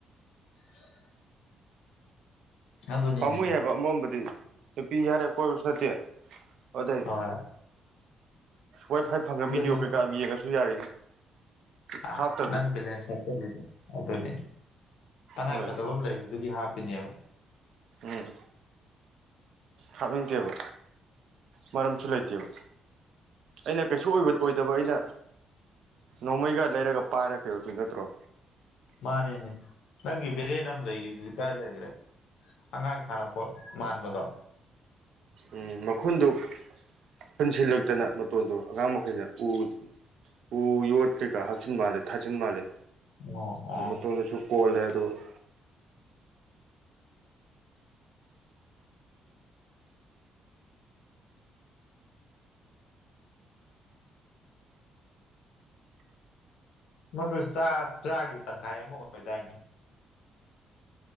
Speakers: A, on the left; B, on the right.
A: <inaudible> ꯑꯗꯨꯅꯤꯅꯦ
B: ꯄꯥꯝꯃꯨꯏ ꯍꯥꯏꯕ ꯑꯃꯔꫭꯝꯗꯗꯤ ꯅꯨꯄꯤ ꯌꯥꯔꯦ ꯀꯣꯏꯕꯁꯨ ꯅꯠꯇꯦ ꯑꯗꯩ
A: ꯍꯣꯏ
B: ꯋꯥꯏ ꯐꯥꯏ ꯐꯪꯉ
A: ꯑꯗꯨꯅꯤꯅꯦ
B: ꯕꯤꯗꯤꯑꯣ ꯀꯩꯀꯥ ꯌꯦꯡꯉꯁꯨ ꯌꯥꯔꯤꯅꯤ
A: ꯑꯥ
B: ꯍꯥꯞ
A: ꯅꯪ ꯕꯦꯂꯦꯟꯁ ꯍꯥꯞꯆꯜꯂꯤꯗꫭ ꯑꯗꯨꯅꯤ ꯇꯉꯥꯏꯐꯗꯕ
B: ꯍꯣꯏ
A: ꯑꯃ ꯂꯩꯕꯗꯨꯒꯤ ꯍꯥꯞꯄꯤꯅꯦꯕ
B: ꯎꯝ ꯍꯥꯞꯅꯤꯡꯗꯦꯕ ꯃꯔꯝꯁꯨ ꯂꯩꯇꯦꯕ ꯑꯩꯅ ꯀꯩꯁꯨ ꯑꯣꯏ ꯑꯣꯏꯗꯕ ꯑꯩꯅ ꯅꯣꯡꯃꯩꯒ ꯂꯩꯔꯒ ꯄꯥꯏꯔꯒ ꯀꯩꯗꯧꯗꯣꯏ ꯅꯠꯇ꯭ꯔꯣ
A: ꯃꯥꯅꯦꯅꯦ ꯅꯪꯒꯤ ꯕꯦꯔꯦꯟ ꯅ ꯑꯃ ꯂꯩꯈꯤꯕ ꯍꯧꯖꯤꯛ ꯀꯥꯏ ꯂꯩꯈ꯭ꯔꯦ ꯑꯉꯥꯡ ꯊꯥꯔ ꯃꯥꯟꯥꯟꯕꯗ
B: ꯎ ꯃꯈꯨꯟꯗꯨ ꯄꯨꯟꯁꯤꯜꯂꯛꯇꯅ ꯃꯇꯣꯟꯗꯣ ꯑꯉꯥꯡ ꯃꯈꯩꯅ ꯎ ꯎ ꯌꯣꯠꯇ꯭ꯔꯤꯀ ꯍꯥꯞꯆꯤꯟ ꯃꯥꯜꯂꯦ ꯊꯥꯆꯤꯟ ꯃꯥꯜꯂꯦ
A: ꯑꯣ ꯑꯣ
B: ꯃꯇꯣꯗꯁꯨ ꯀꯣꯜꯂꯦ ꯑꯗꯨꯒ
A: ꯃꯗꯨ ꯆꯥ ꯆ꯭ꯔꯥꯒꯤ ꯇꯪꯈꯥꯏ ꯑꯃ ꯑꯣꯏꯗꯥꯏꯅꯦ